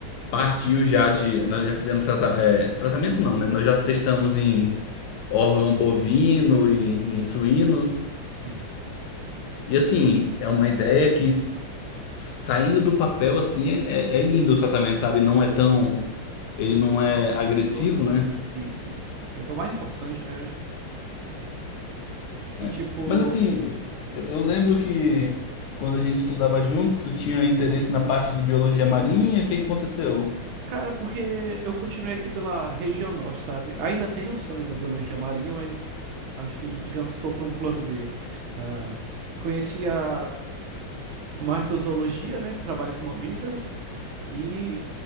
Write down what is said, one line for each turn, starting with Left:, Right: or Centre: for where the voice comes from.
Left: partiu já de. Nós já fizemos trata- é, tratamento, não, né? Nós já testamos em órgão bovino e em suíno.
Right: Sim.
Left: E assim, é uma ideia que saindo do papel, assim, é, é- é lindo o tratamento, sabe? Não
Right: Ele.
Left: é tão. Ele não é agressivo,
Right: Nossa,
Left: né?
Right: Isso, isso. É que é o mais importante, né?
Left: É.
Right: E tipo,
Left: Mas assim, eu, eu lembro que quando a gente estudava junto, tu tinha interesse na parte de biologia marinha, o que que aconteceu?
Right: cara, porque eu continuei aqui pela região norte, sabe? Ainda tenho o sonho da biologia marinha, mas acho que, digamos que for para um plano B. Ah, conheci a martozoologia, né? Que trabalha com mamíferos. E